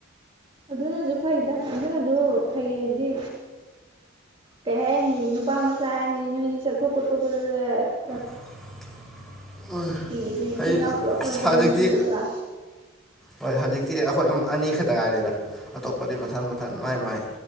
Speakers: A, on the right; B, in the centre.
A: ꯑꯗꯨꯅꯁꯨ ꯐꯩꯗ ꯑꯗꯨꯅꯁꯨ ꯐꯩ ꯍꯥꯏꯗꯤ ꯀꯔꯤ ꯍꯥꯏꯅꯤ ꯅꯨꯄꯥ ꯃꯆꯥ ꯍꯥꯏꯅꯤ ꯅꯣꯏꯗꯤ ꯆꯠꯊꯣꯛ ꯈꯣꯠꯇꯣꯛ ꯄꯗ
B: <inaudible> <unintelligible>
A: ꯑꯗꯨ ꯏꯆꯤꯜ
B: ꯑꯩ
A: ꯏꯅꯥꯎ ꯄꯨꯂꯞ ꯄꯨꯂꯞ
B: ꯍꯧꯖꯤꯛꯇꯤ
A: ꯆꯠꯂꯗꯤ ꯑꯗꯨꯝ ꯐꯠꯇ꯭ꯔꯥ
B: ꯍꯣꯏ ꯍꯧꯖꯤꯛꯇꯤ ꯑꯩꯈꯣꯏ ꯑꯅꯤꯈꯛꯇ ꯉꯥꯏꯔꯦꯗ ꯑꯇꯣꯞꯄꯗꯤ ꯃꯊꯟ ꯃꯊꯟ ꯃꯥꯏ ꯃꯥꯏ